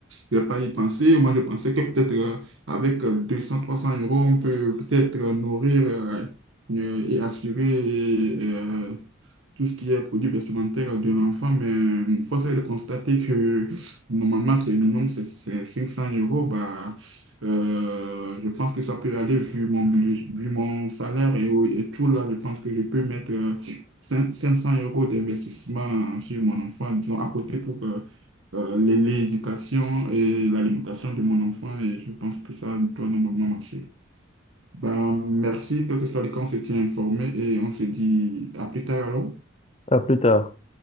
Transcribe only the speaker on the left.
À plus tard.